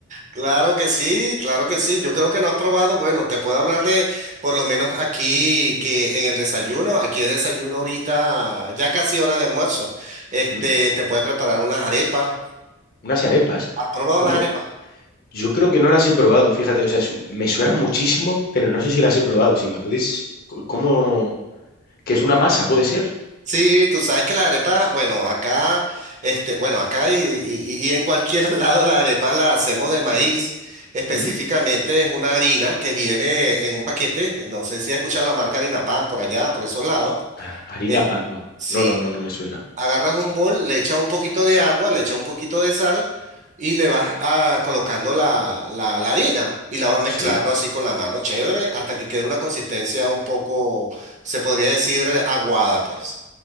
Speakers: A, on the right; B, on the left.
A: claro que sí, claro que sí. Yo creo que no has probado. Bueno, te puedo hablar de, por lo menos aquí, que en el desayuno, aquí es desayuno ahorita, ya casi hora de almuerzo. Este,
B: ¿Mm?
A: te puedes preparar unas arepas.
B: Unas arepas.
A: ¿Has probado
B: ¿Cómo?
A: las arepas?
B: Yo creo que no las he probado, fíjate, o sea, es- me suenan muchísimo, pero no sé si las he probado. Si me podéis, c- ¿cómo? ¿Qué es una masa, puede ser?
A: Sí, tú sabes que las arepas, bueno, acá, este, bueno, acá y, y- y en cualquier <laughs> lado las arepas las hacemos de maíz. Específicamente
B: ¿Mm?
A: es una harina que viene en un paquete. No sé si has escuchado la marca Harina Pan por allá, por esos lados
B: Ah, Harina
A: Es,
B: pan, no.
A: si
B: No, no, no, no me suena.
A: agarras un bol, le echas un poquito de agua, le echas un poquito de sal y le vas ah, colocando la, la, la harina y la vas mezclando
B: Sí,
A: así con la mano, chévere, hasta que quede una consistencia un poco, se podría decir, aguada, pues.